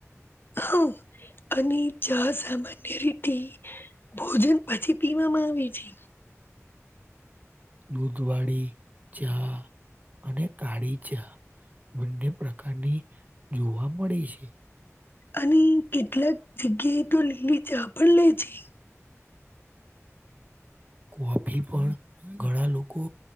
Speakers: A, on the left; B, on the right.
A: હા અને ચા સામાન્ય રીતે ભોજન પછી પીવામાં આવે છે.
B: દૂધવાળી ચા અને કાળી ચા બંને પ્રકારની જોવા મળે છે.
A: અને કેટલાક જગ્યાએ તો લીલી ચા પણ લે છે.
B: કોફી પણ ઘણા લોકો